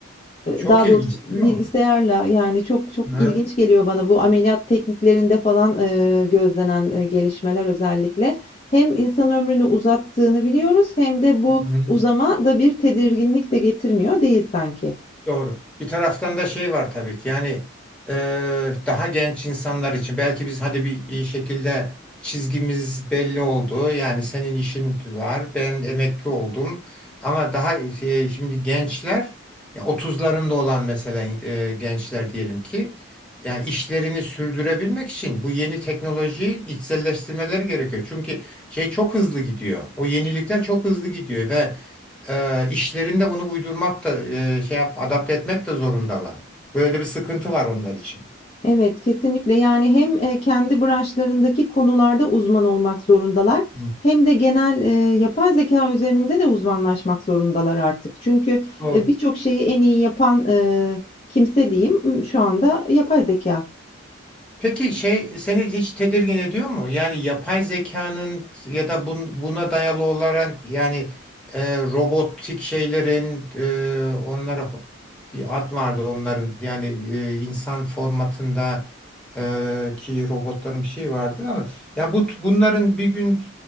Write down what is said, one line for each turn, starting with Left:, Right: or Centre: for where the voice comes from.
Centre: Çok
Left: daha
Centre: ilginç
Left: doğrusu
Centre: değil
Left: bilgisayarla
Centre: mi?
Left: yani çok çok
Centre: Hı
Left: ilginç geliyor bana bu ameliyat tekniklerinde falan, eee, gözlenen, eee, gelişmeler özellikle. Hem insan ömrünü uzattığını biliyoruz hem de bu
Centre: hı.
Left: uzama da bir tedirginlik de getirmiyor değil sanki.
Centre: Doğru. Bir taraftan da şey var tabii ki yani e, daha genç insanlar için belki biz hadi bir iyi şekilde çizgimiz belli oldu. Yani senin işin var, ben emekli oldum. Ama daha şey, şimdi gençler ya 30'larında olan mesela e, gençler diyelim ki yani işlerini sürdürebilmek için bu yeni teknolojiyi içselleştirmeleri gerekiyor. Çünkü şey çok hızlı gidiyor. O yenilikler çok hızlı gidiyor ve e, işlerinde bunu uydurmak da e, şey yap, adapte etmek de zorundalar. Böyle bir sıkıntı var onlar için.
Left: Evet, kesinlikle. Yani hem, eee, kendi branşlarındaki konularda uzman olmak zorundalar
Centre: Hı.
Left: hem de genel, eee, yapay zekâ üzerinde de uzmanlaşmak zorundalar artık. Çünkü,
Centre: Doğru.
Left: eee, birçok şeyi en iyi yapan, eee, kimse diyeyim, ımm, şu anda yapay zekâ.
Centre: Peki şey seni hiç tedirgin ediyor mu? Yani yapay zekanın ya da bun- buna dayalı olarak yani e, robotik şeylerin e, onlara bir ad vardı onların yani e, insan formatında e, ki robotların bir şey vardı ama ya bu bunların bir gün